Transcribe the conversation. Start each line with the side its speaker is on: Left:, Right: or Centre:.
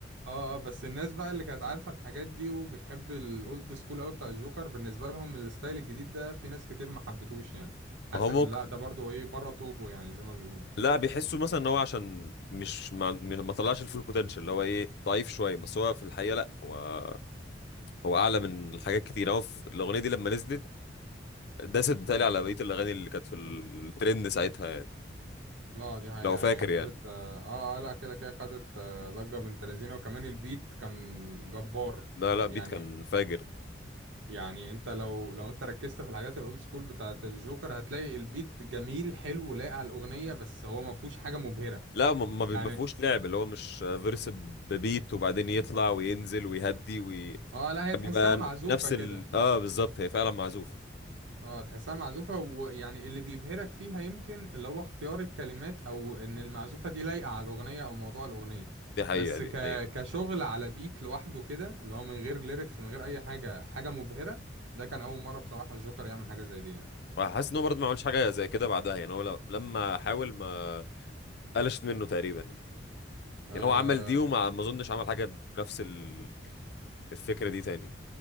Right: اه اه بس الناس بقى اللي كانت عارفة الحاجات دي وبتحب الأولد سكول قوي بتاع الجوكر بالنسبة لهم الستايل الجديد ده في ناس كتير ما حبتوش يعني حاسس
Left: ما هو
Right: ان
Left: ممكن
Right: لا ده برضو ايه بره طوبه يعني زي ما بيقولوا
Left: لا بيحسوا مثلا ان هو عشان مش ما, ما طلعش الفول بوتنشال اللي هو ايه ضعيف شويه بس هو في الحقيقه لا هو هو اعلى من حاجات كتير هو في الاغنيه دي لما نزلت داست بتالي على بقيه الاغاني اللي كانت في الترند ساعتها يعني
Right: اه دي حقيقة
Left: لو
Right: يعني
Left: فاكر
Right: هي خدت
Left: يعني
Right: اه اه لا كده كده خدت آه، ضجة بنت لذينة وكمان البيت كان جبار
Left: لا لا
Right: يعني
Left: بيت كان فاجر
Right: يعني انت لو لو انت ركزت في الحاجات الاولد سكول بتاعت الجوكر هتلاقي البيت جميل حلو لايق على الأغنية بس هو ما فيهوش حاجة مبهرة
Left: لا ما ما بي-
Right: يعني
Left: ما فيهوش لعب اللي هو مش فيرس ببيت وبعدين يطلع وينزل ويهدي وي...
Right: اه لا هي
Left: كان
Right: تحسها
Left: بيبقى
Right: معزوفة
Left: نفس
Right: كده
Left: ال اه بالظبط هي فعلا معزوفه
Right: اه تحسها معزوفة ويعني اللي بيبهرك فيها يمكن اللي هو اختيار الكلمات او ان المعزوفة دي لايقة على الاغنية او موضوع الاغنية
Left: دي حقيقه
Right: بس
Left: دي
Right: ك...
Left: حقيقه
Right: كشغل على بيت لوحده كده اللي هو من غير ليركس من غير اي حاجة حاجة مبهرة ده كان اول مرة بصراحة الجوكر يعمل حاجة زي دي يعني
Left: وحاسس ان هو برضه ما عملش حاجه زي كده بعدها يعني هو ل- لما حاول ما قلشت منه تقريبا يعني
Right: آه،
Left: يعني هو عمل دي وما ما اظنش عمل حاجه بنفس ال- الفكره دي تاني